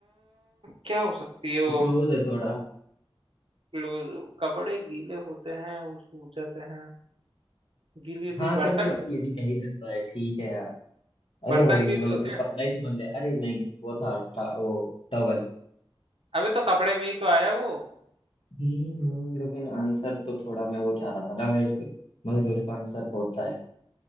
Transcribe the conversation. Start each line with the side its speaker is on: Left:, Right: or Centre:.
Right: क्या हो सकती है वो
Left: क्लोज है थोड़ा
Right: क्लोज कपड़े गीले होते हैं वो सूख जाते हैं गीली होती
Left: हाँ
Right: है
Left: चल
Right: बर्तन
Left: तो वैसे ये भी कह ही सकता है ठीक है यार अरे
Right: बर्तन
Left: वही
Right: भी
Left: वही
Right: तो होते
Left: मतलब
Right: हैं
Left: कपड़ा ही समझ ले अरे नहीं वो था टा, वो टवल
Right: अबे तो कपड़े में ही तो आया वो
Left: हम्म हम्म, लेकिन आंसर तो थोड़ा मैं वो चाह रहा था ना एक मगर जो उसका आंसर होता है